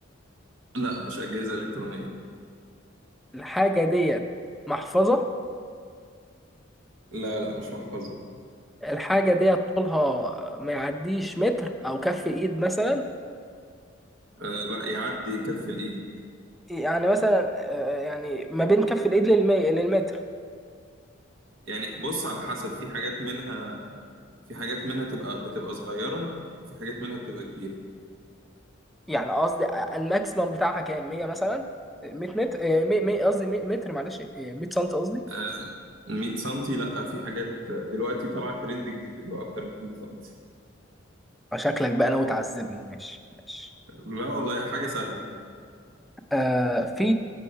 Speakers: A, on the right; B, in the centre.
A: لا مش أجهزة إلكترونية
B: الحاجه ديت محفظه
A: لا لا مش محفظة
B: الحاجه ديت طولها ما يعديش متر او كف ايد مثلا
A: آه لا يعدي كف الإيد
B: يعني مثلا آه، يعني ما بين كف الايد للمي... للمتر
A: يعني بص على حسب في حاجات منها في حاجات منها تبقى بتبقى صغيرة وفي حاجات منها بتبقى كبيرة
B: يعني قصدي الماكسيمم بتاعها كام 100 مثلا 100 متر آه، مي- مي- قصدي 100 متر معلش آه، 100 سم قصدي
A: آه 100 سنتي لا في حاجات دلوقتي طلعت ترند جديد بتبقى أكتر من 100 سنتي
B: شكلك بقى ناوي تعذبني ماشي ماشي
A: لا والله حاجة سهلة
B: آه في